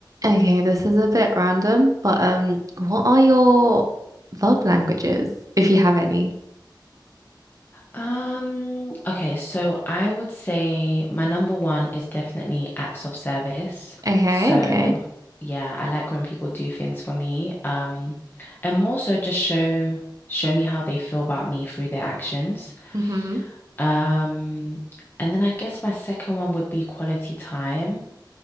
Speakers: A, on the right; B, on the left.
A: Okay, this is a bit random, but um, what are your love languages, if you have any?
B: Um, okay, so I would say my number one is definitely acts of service.
A: Okay,
B: So,
A: okay.
B: yeah, I like when people do things for me. Um, and more so just show show me how they feel about me through their actions.
A: Mm-hmm.
B: Um, and then I guess my second one would be quality time.